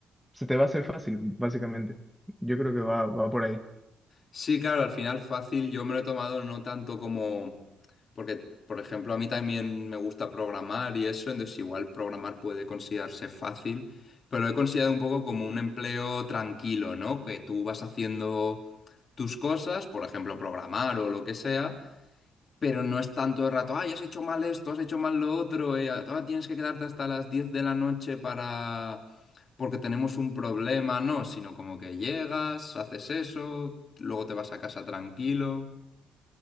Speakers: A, in the centre; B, on the left.
A: se te va a hacer fácil, básicamente. Yo creo que va, va por ahí.
B: Sí, claro, al final fácil yo me lo he tomado no tanto como... Porque, por ejemplo, a mí también me gusta programar y eso, entonces igual programar puede considerarse fácil, pero lo he considerado un poco como un empleo tranquilo, ¿no? Que tú vas haciendo tus cosas, por ejemplo, programar o lo que sea pero no es tanto de rato, ay, has hecho mal esto, has hecho mal lo otro, eh, ah, tienes que quedarte hasta las 10 de la noche para... porque tenemos un problema, no, sino como que llegas, haces eso, luego te vas a casa tranquilo.